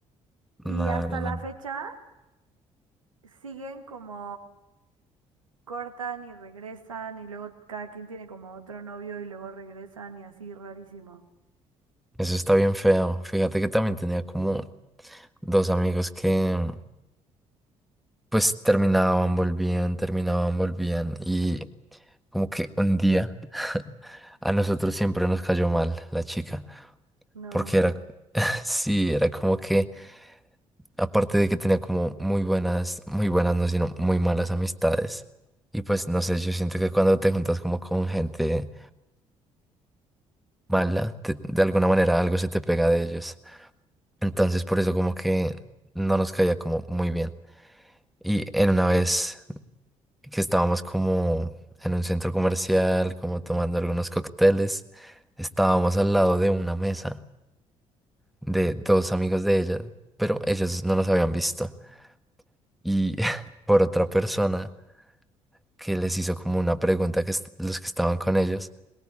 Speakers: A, on the right; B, in the centre.
A: Y
B: no,
A: hasta
B: no,
A: la
B: no. no.
A: fecha siguen como cortan y regresan y luego cada quien tiene como otro novio y luego regresan y así rarísimo.
B: Eso está bien feo. Fíjate que también tenía como dos amigos que pues terminaban, volvían, terminaban, volvían. Y como que un día <laughs> a nosotros siempre nos cayó mal la chica.
A: No,
B: Porque era, <laughs> sí, era como que... Aparte de que tenía como muy buenas, muy buenas, no, sino muy malas amistades. Y pues no sé, yo siento que cuando te juntas como con gente mala, te- de alguna manera algo se te pega de ellos. Entonces por eso como que no nos caía como muy bien. Y en una vez que estábamos como en un centro comercial, como tomando algunos cócteles, estábamos al lado de una mesa de dos amigos de ella, pero ellos no nos habían visto. Y <laughs> por otra persona. que les hizo como una pregunta que est- los que estaban con ellos,